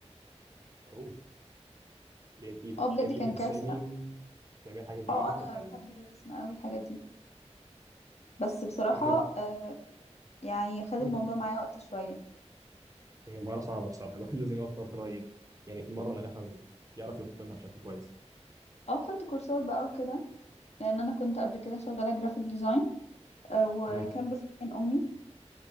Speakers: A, on the right; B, on the left.
A: اهو يعني انت بتحبي
B: اه بجد كان
A: ترسمي
B: كارثه
A: وتعملي حاجات بايدك
B: اه انا
A: ولا حاجة-
B: بحب الرسم قوي الحاجات دي بس بصراحة
A: انا كنت
B: آه، يعني خد
A: قولي
B: الموضوع معايا وقت شوية
A: هي مهارة صعبة بصراحة <laughs> الواحد لازم يقعد فترة ي- يعني يتمرن عشان يعرف يتقنها بشكل كويس
B: او خدت كورسات بقى وكده لان انا كنت قبل كده شغالة جرافيك ديزاين وكان
A: مم.
B: بتعين امي